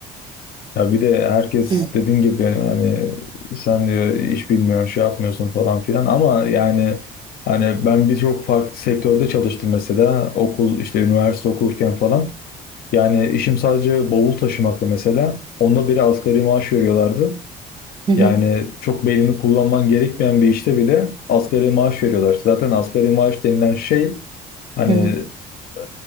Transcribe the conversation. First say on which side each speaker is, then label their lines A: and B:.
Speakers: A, on the left; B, on the right.
A: Ya bir de herkes
B: Hı
A: dediğin gibi hani sen diyor iş bilmiyorsun, şey yapmıyorsun falan filan ama yani hani ben birçok farklı sektörde çalıştım mesela okul işte üniversite okurken falan. Yani işim sadece bavul taşımaktı mesela. Onda biri asgari maaş veriyorlardı.
B: hı,
A: Yani çok belini kullanman gerekmeyen bir işte bile asgari maaş veriyorlar. Zaten asgari maaş denilen şey hani
B: hı hı.
A: e,